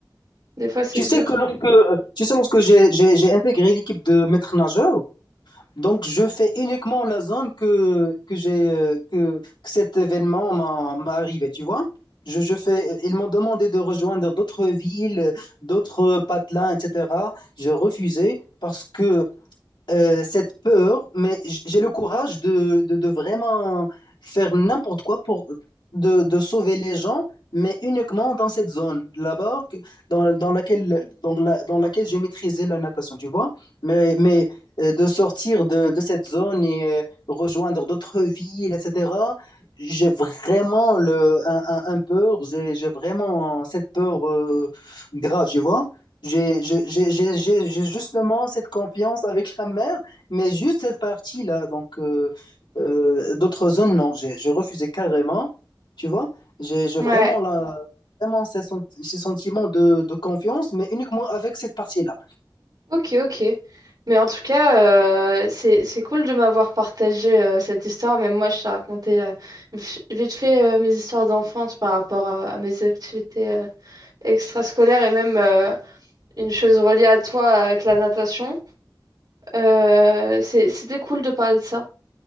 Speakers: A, on the right (about 60°); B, on the left (about 85°).
A: des fois, c'est
B: Tu sais
A: dur.
B: que lorsque, euh, tu sais, lorsque j'ai, j'ai, j'ai intégré l'équipe de maître nageur donc je fais uniquement la zone que, que j'ai, euh, que, que cet événement m'a, m'a arrivé, tu vois? Je, je fais, ils m'ont demandé de rejoindre d'autres villes, d'autres patelins, etc. J'ai refusé parce que euh, cette peur, mais j- j'ai le courage de, de, de vraiment faire n'importe quoi pour de, de sauver les gens, mais uniquement dans cette zone là-bas que- dans, dans laquelle, dans la- dans laquelle j'ai maîtrisé la natation, tu vois. Mais, mais euh, de sortir de, de cette zone et euh, rejoindre d'autres villes, etc., j'ai vraiment le, un, un- un peur, j'ai j'ai vraiment cette peur euh, grave, tu vois. J'ai je- j'ai- j'ai- j'ai- j'ai justement cette confiance avec la mer, mais juste cette partie-là. Donc, euh, euh, d'autres zones, non, j'ai j'ai refusé carrément. Tu vois, j'ai j'ai
A: Ouais,
B: vraiment, la, vraiment ces, sen- ces sentiments de, de confiance, mais uniquement avec cette partie-là.
A: ok, ok. Mais en tout cas, euh, c'est c'est cool de m'avoir partagé euh, cette histoire. Même moi, je t'ai raconté euh, vi- vite fait euh, mes histoires d'enfance par rapport euh, à mes activités euh, extrascolaires et même euh, une chose reliée à toi avec la natation. Euh, c'est- c'était cool de parler de ça.